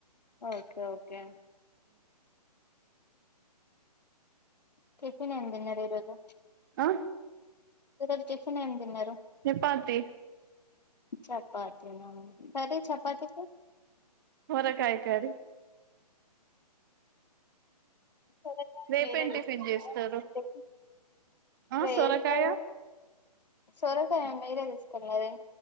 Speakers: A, on the left (about 85°); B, on the right (about 30°).
A: ఓకే ఓకే టిఫెన్ ఏం తిన్నారు ఈరోజు
B: ఆ
A: ఈ రోజు టిఫిన్ ఏమి తిన్నారు
B: చపాతీ
A: చపాతిన సరే చపాతీకి
B: సోరకాయ కర్రీ
A: సొరకాయి
B: రేపేం
A: మీరే చేసుకున్నారా
B: టిఫిన్ చేస్తారు
A: దాంట్లోకి
B: ఆ
A: రేపు
B: సొరకాయ
A: సొరకాయ మీరే తీసుకున్నదే